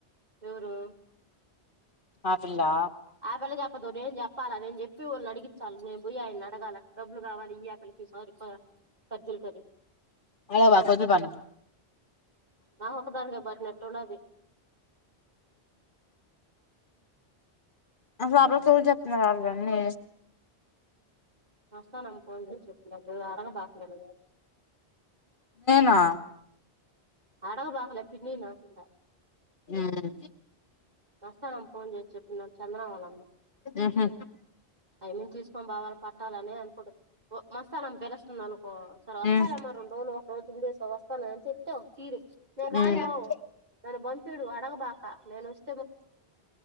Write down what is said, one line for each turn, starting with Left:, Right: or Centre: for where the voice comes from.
Right: ఎవరు
Left: ఆ పిల్లా
Right: ఆ పిల్ల చెప్పదు నేను చెప్పాలా నేన్ చెప్పి వాళ్ళు అడిగించాలి, నేను పోయి ఆయన నీ అడగాల డబ్బులు కావాలి ఈయి ఆ పిల్ల. ఈ సారి కా కర్జుల కని
Left: అలా బాకు వద్దు బాను
Right: ఆ ఒక ఒకదానికి బట్ నట్ ఉండాది
Left: అసలు ఆ పిల్లకి ఎవరు చెప్తున్నారు అలగా అన్నీ
Right: మస్తానమ్మకు <inaudible> అడగబాక <inaudible>
Left: నా
Right: అడగబాకలే పిన్నీని అంటుండా
Left: ఉమ్
Right: మస్తానమ్మ ఫోన్ చేసి చెప్పిందంట చంద్రా వాళ్ళమ్మ
Left: ఉహు
Right: ఆ యమ్మి తీసుకోం బొవాలి పట్టాలని అనుకోడు మస్తానమ్మ పిలస్తుంది అనుకో సరే వస్తాలే
Left: ఉమ్
Right: మా రెండు రోజులో ఒక రోజు ఉండేసో వ <unintelligible> చెప్తే ఒక తీరు నేను
Left: ఉమ్
Right: రాను మోవ్ నన్ను పంపీడు అడగబాక నేనొస్